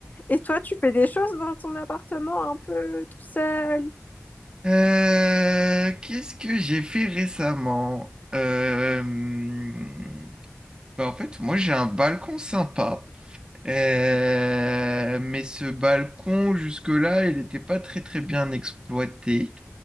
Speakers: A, on the left; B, on the right.
A: Et toi, tu fais des choses dans ton appartement un peu tout seul,
B: Euh, qu'est-ce que j'ai fait récemment? Euh... hmm. Bah, en fait, moi j'ai un balcon sympa, Euh, mais ce balcon jusque-là, il n'était pas très très bien exploité,